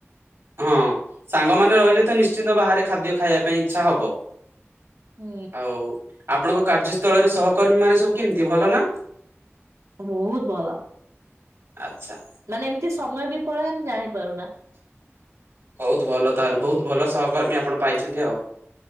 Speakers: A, on the right (about 65°); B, on the right (about 85°).
A: ହଁ ସାଙ୍ଗମାନେ ରହିଲେ ତ ନିଶ୍ଚିନ୍ତ ବାହାରେ ଖାଦ୍ୟ ଖାଇବା ପାଇଁ ଇଚ୍ଛା ହବ।
B: ହୁଁ।
A: ଆଉ ଆପଣଙ୍କ କାର୍ଯ୍ୟସ୍ଥଳରେ ସହକର୍ମୀ ମାନେ ସବୁ କେମିତି ଭଲ ନା?
B: ବହୁତ ଭଲ।
A: ଆଚ୍ଛା।
B: ମାନେ ଏମିତି ସମୟ ବି ପଳାଏ ଆମେ ଜାଣି ପାରୁନା।
A: ବହୁତ ଭଲ ତାହେଲେ, ବହୁତ ଭଲ ସହକର୍ମୀ ଆପଣ ପାଇଛନ୍ତି ଆଉ।